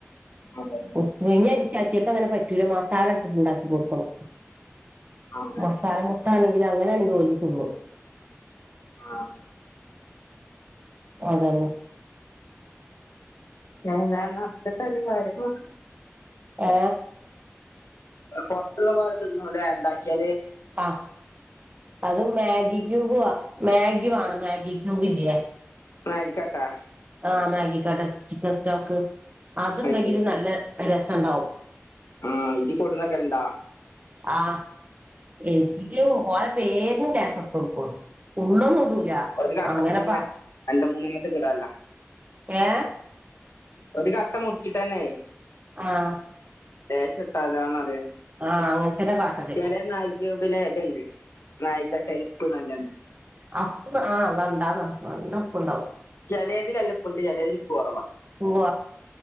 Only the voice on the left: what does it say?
അതന്നെ
ആഹ്
ആഹ്
ഏതാ നക്ക തല്ല കാര്യം നക്ക <unintelligible>
പൊട്ടുള്ള പോലെ തിന്നുല്ലേ ഇണ്ടാക്കിയാല്
മാഗി കട്ടാ
അത് ശരി
ആഹ് ഇജ്ജ് കൊണ്ട്ന്നാക്കലണ്ടാ
ഒരു കട്ടമ്മന്നന്നെ
രണ്ട് മൂന്നെണ്ണത്തെക്ക്‌ ഇടാല്ല
ഒരു കട്ട മുറിച്ചിട്ടന്നെ
ലേശം ഇട്ടാലോന്ന്റിയാൻ
ചില മ്യാഗി ക്യൂബില് ഇതുണ്ട് മ്യാഗിക്കട്ടേലുപ്പ് നല്ലണ്ട്
ചിലതിൽല്ലപ്പണ്ട് ചിലതിൽഉപ്പ് കുറവാ